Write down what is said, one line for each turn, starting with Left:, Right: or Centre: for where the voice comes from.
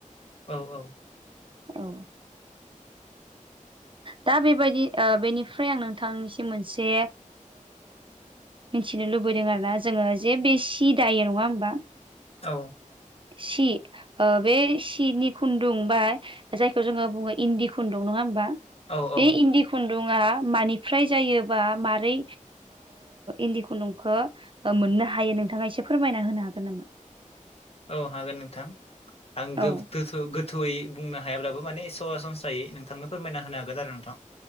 Left: औ औ
Right: औ दा बेबायदि बेनिफ्राय आं नोंथांनिसिम मोनसे मिथिनो लुबैदों आरो ना जोङो जे बे सि दायो नङा होमबा
Left: औ
Right: सि बे सिनि खुन्दुं बा जायखौ जोङो बुङो इन्दि खुन्दुं नङा होमबा
Left: औ औ
Right: बे इन्दि खुन्दुा मानिफ्राय जायोबा मारै इन्दि खुन्दुंखौ मोननो हायो नोंथाङा एसे फोरमायना होनो हागोन नामा
Left: औ हागोन नोंथां आं
Right: औ
Left: गो गोथौयै बुंनो हायाब्लाबो माने सरासनस्रायै नोंथांनो फोरमायना होनो हागोन आरो नोंथां